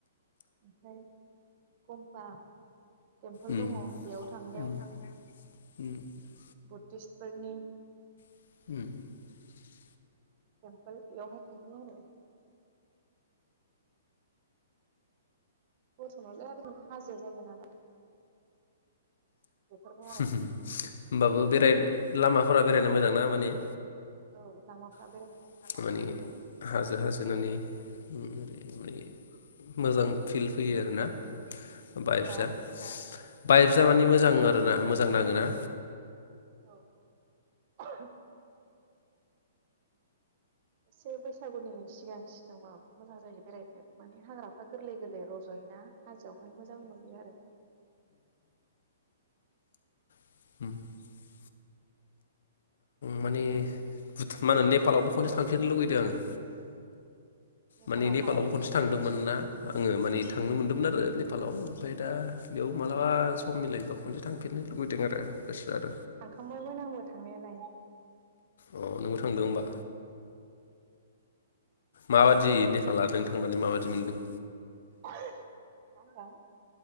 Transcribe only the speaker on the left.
उम
उम <inaudible>
<inaudible>
होनोमबाबो बेराय लामा फोरा बेरायनो मोजां ना माने
<unintelligible>
मोजां फिल फैयो आरोना बायफिसा
बाइक जा माने मोजां आरोना मोजां नाङोना
<inaudible> माने मा होनो नेपालावबो
खनसे थांफननो लुगैदों आङो
माने नेपालावबो खनसे थांदोंमोन ना आङो माने थांनो
मोन्दोंमोन आरो <unintelligible> बेयाव मालाबा
सम मिलायबाव खनसे थांफिननो लुबैदों आरो गोसो जादों
अ नोंबो थांदों होमबा माबायदि नेपाला नों थांनानै माबायदि मोनदों